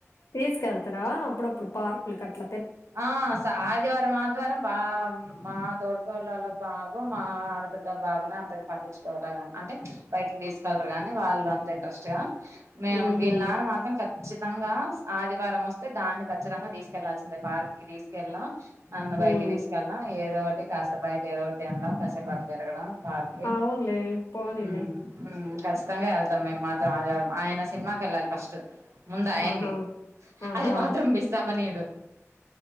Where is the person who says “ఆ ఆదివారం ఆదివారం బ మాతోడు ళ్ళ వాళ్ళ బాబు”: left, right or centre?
Right